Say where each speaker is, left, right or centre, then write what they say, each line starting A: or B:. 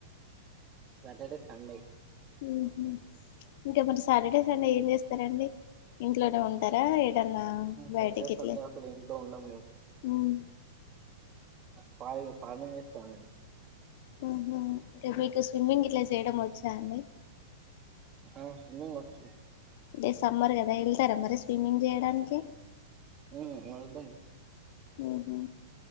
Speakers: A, on the right; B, on the left.
A: సాటర్డే సండే
B: ఉహు ఇంకేమన్నా సాటర్డే సండే ఏం చేస్తారండి ఇంట్లోనే ఉంటారా ఏటన్నా
A: సాటర్డే
B: బయటి గిట్లే
A: సండే అసలు ఇంట్లో ఉండం
B: మ్మ్
A: ఫాయిగా ఫార్మింగ్ చేస్తాని
B: మ్మ్ హు అంటే మీకు స్విమ్మింగ్ ఇట్ల చేయడం వచ్చా అండి
A: ఆ స్విమింగ్ వచ్చు
B: అంటే సమ్మర్ కదా వెళ్తారా మరి స్విమ్మింగ్ చేయడానికి
A: ఉ వెళ్తమ్
B: మ్మ్ హు